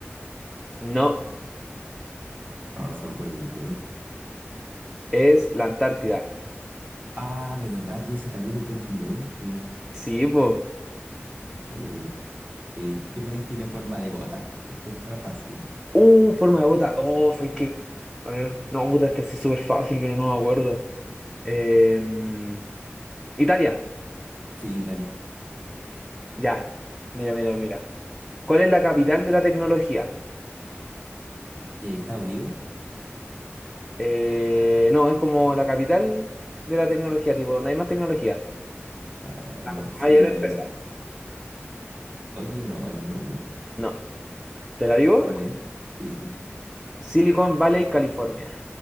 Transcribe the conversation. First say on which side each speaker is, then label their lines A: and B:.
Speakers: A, in the centre; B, on the right.
A: No,
B: No, no se me ocurre ningún otro.
A: es la Antártida.
B: Ah, ¿verdad que ese también es un continente?
A: Sí, pues.
B: Allá, mira. Eh, ¿qué país tiene forma de bota? Esto está fácil.
A: Uh, forma de bota. Oh, sabes que. A ver, no, puta, este sí es súper fácil, pero no me acuerdo. Em, Italia,
B: Sí, Italia.
A: ya. Mira, mira, mira. ¿Cuál es la capital de la tecnología?
B: Eh, ¿Estados Unidos?
A: Eh, no, es como la capital de la tecnología, tipo, donde hay más tecnología.
B: Ah,
A: La
B: no sé,
A: mayor empresa.
B: pues. ¿Tokio? No, no se me ocurre.
A: No, ¿te la digo?
B: ¿Cuál es? Sí, sí.
A: Silicon Valley, California.